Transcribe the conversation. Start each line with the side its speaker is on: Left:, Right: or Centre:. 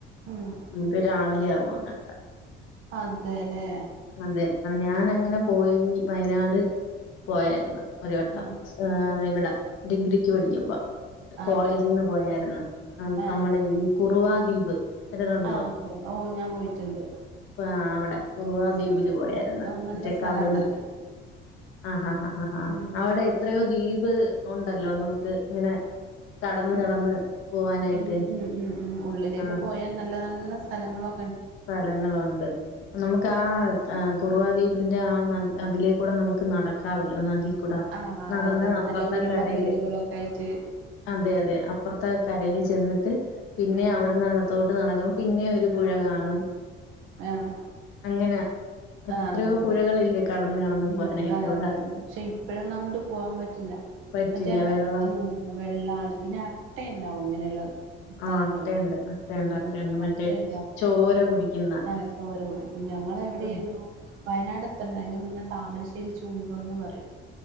Right: ഉം
Left: നമുക്ക് രാവിലെ ആവും അങ്ങനെ
Right: അതെ ല്ലേ
Left: അതെ ആഹ് ഞാന അങ്ങനെ പോയി വയനാട് പോയായിരുന്നു ഒരു വട്ടം
Right: ആഹ്
Left: ഇവിടെ ഡിഗ്രിക്ക് പഠിക്കുമ്പം കോളേജിൽന്ന്
Right: അതെല്ലേ
Left: പോയായിരുന്നു
Right: ആഹ്
Left: നമ്മുടെ ഈ കുറുവാ ദ്വീപ് കേട്ടിട്ടുണ്ടോ
Right: ആഹ് കുറുവ ഓഹ് ഞാൻ പോയിട്ടുണ്ട്
Left: ആ അവടെ മുഹ ദ്വീപിൽ
Right: ഉം
Left: പോയായിരുന്നു
Right: ആഹ് നല്ല
Left: മറ്റേക്കബനി
Right: സ്ഥലാണത്
Left: ആഹ് ഹാ ഹാ ഹാ
Right: ഉം
Left: അവടെ എത്രയോ ദ്വീപ് ഉണ്ടല്ലോ നമുക്ക് ഇങ്ങനെ. കടന്ന്
Right: ഉം
Left: കടന്ന് പോവാനായിട്ട്
Right: ഉം ഉം ഉം ഉം ഉള്ളിലേക്ക്
Left: ആ
Right: പോയാ നല്ല നല്ല സ്ഥലങ്ങളൊ
Left: സ്ഥലങ്ങളുണ്ട് നമുക്ക് ആഹ് ആ കുറുവാദ്വീപിന്റെ ആ നദി അതിലേക്കൂടെ നമുക്ക് നടക്കാമല്ലോ നദി ക്കുടാ
Right: ആഹ്
Left: നടന്ന്
Right: അതെ
Left: അപ്പർത്തെ
Right: നല്ല ഉരുളൻ
Left: കരയില്
Right: കല്ലുകളൊക്കെ ആയിട്ട്
Left: അതെ അതെ അപ്പർത്തെ കരയ്‌ല് ചെന്നിട്ട് പിന്നെ
Right: ഉം
Left: അവിടുന്ന് അങ്ങ ത്തോട്ട് നടക്കണം പിന്നെ ഒരു പുഴ കാണും
Right: ആഹ്
Left: അങ്ങനെ
Right: ആഹ്
Left: എത്രയോ
Right: അതെ അതെ
Left: പുഴകളില്ലേ കടന്ന് കടന്ന്
Right: ഉം
Left: പോവാനായിട്ട്
Right: ആഹ്
Left: അവിടെ.
Right: അതെ അതെ പക്ഷെ ഇപ്പഴൊന്നും അങ്ങോട്ട് പോവാൻ പറ്റില്ല
Left: പറ്റില്ല
Right: മറ്റേ
Left: വെള്ളം
Right: വെള്ളാണ് പിന്നെ അട്ടയ ഉണ്ടാവും ഇങ്ങനെയുള്ള സ്ഥലങ്ങളിലേ
Left: ആഹ് അട്ടയുണ്ട് അട്ടയുണ്ട്
Right: ഉം
Left: അട്ടയുണ്ട് മറ്റേ
Right: അട്ട ഉണ്ടാവും
Left: ചോര കുടിക്കുന്ന
Right: ആഹ് ചോര കുടിക്കും ഞങ്ങള് എവിടെയിരുന്നു
Left: ഉം.
Right: വയനാട് എത്തണ്ട അതിന് മുന്നേ താമരശ്ശേരി ചൂങ്കംന്ന് പറയും